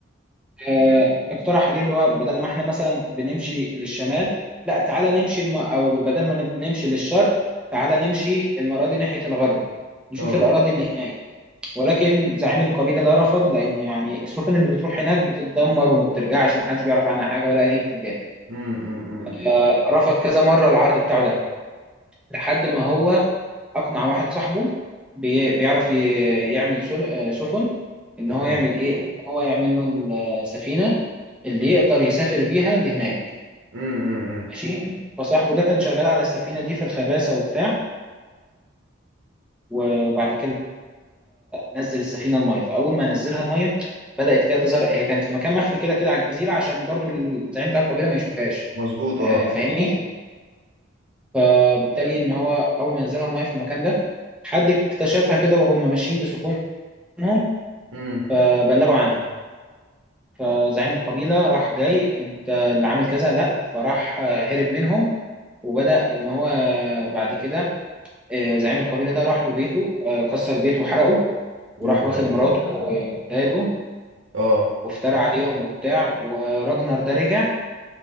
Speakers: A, in the centre; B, on the right (about 70°).
A: آه، اقترح عليه اللي هو بدل ما احنا مثلا بنمشي للشمال لا تعالى نمشي الم... أو بدل ما نمشي للشرق تعالى نمشي المرة دي ناحية الغرب نشوف
B: اه
A: الأراضي اللي هناك ولكن زعيم القبيلة ده رفض لأن يعني السفن اللي بتروح هناك بتتدمر وما بترجعش ومحدش بيعرف عنها حاجة ولا أي بتنجان
B: أمم، أمم، أمم. إمم.
A: آه، رفض كذا مرة العرض بتاعه ده لحد ما هو اقنع واحد صاحبه بي- بيعرف ي- يعمل سل- آه، سفن ان
B: تمام
A: هو يعمل ايه إن هو يعمل له السفينه اللي يقدر يسافر بيها لهناك
B: أمم، أمم، أمم.
A: ماشي فصاحبه ده كان شغال على السفينه دي في الخباسه وبتاع وبعد كده نزل السفينه الميه فاول ما نزلها الميه بدات كده تظهر هي كانت في مكان مخفي كده كده على الجزيره عشان برضو الزعيم بتاع القبيله ما يشوفهاش
B: مظبوط اه
A: آه، فاهمني فبالتالي ان هو اول ما نزلها الميه في المكان ده حد اكتشفها كده وهم ماشيين بسفن منهم
B: أمم.
A: فبلغوا عنها فزعيم القبيلة راح جاي انت اللي عامل كذا لا فراح آه، هرب منهم وبدأ ان هو آه، بعد كده آه، زعيم القبيلة ده راح له بيته آه، كسر بيته وحرقه وراح
B: يا نهار
A: واخد
B: ابيض
A: مراته وولاده
B: اه
A: وافترى عليهم وبتاع وراجنر ده رجع